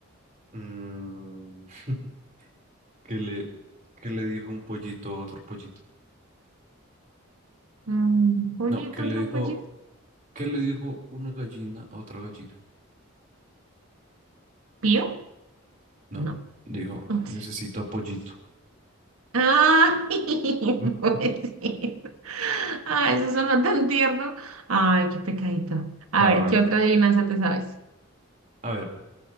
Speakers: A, on the right (about 35°); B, on the right (about 80°).
A: Mm, <laughs> ¿Qué le, qué le dijo un pollito a otro pollito?
B: Mm, pollito,
A: No, ¿qué le
B: otro
A: dijo,
B: pollito.
A: qué le dijo una gallina a otra gallina?
B: ¿Pío? No.
A: No, dijo,
B: <laughs>
A: necesito a pollito.
B: Ay,
A: <laughs>
B: <laughs> pobrecito. Ay, eso sonó tan tierno. Ay, qué pecadito. A
A: Ah,
B: ver, ¿qué otra adivinanza te sabes?
A: a ver,